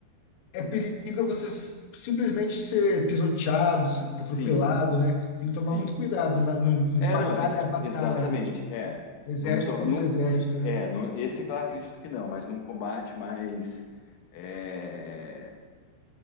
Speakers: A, on the left; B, on the left.
A: é perigo você s- simplesmente ser pisoteado, ser atropelado,
B: Sim,
A: né? Tem que tomar
B: sim.
A: muito cuidado na- num- em
B: É,
A: batalha
B: não, tem que, ser-
A: a batalha,
B: exatamente.
A: né? De
B: É,
A: exército
B: num, to-
A: contra
B: num-
A: exército, né?
B: é, num- esse eu acredito que não, mas num combate mais é,